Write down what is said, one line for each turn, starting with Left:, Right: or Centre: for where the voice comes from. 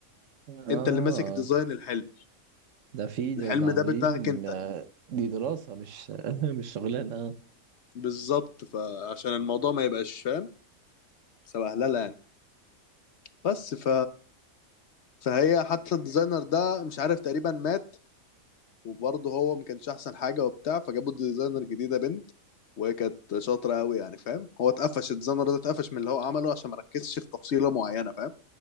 Right: اه
Left: انت اللي ماسك ديزاين الحلم
Right: ده في ده,
Left: الحلم
Right: ده عاملين
Left: ده بدماغك انت
Right: آه، دي دراسة مش <laughs> مش شغلانة اه
Left: بالظبط فعشان الموضوع ما يبقاش فاهم سبهلله يعني بس ف فهي حتى الديزاينر ده مش عارف تقريبا مات وبرضه هو ما كانش احسن حاجه وبتاع فجابوا الديزاينر جديده بنت وهي كانت شاطره قوي يعني فاهم هو اتقفش الديزاينر ده اتقفش من اللي هو عمله عشان ما ركزش في تفصيله معينه فاهم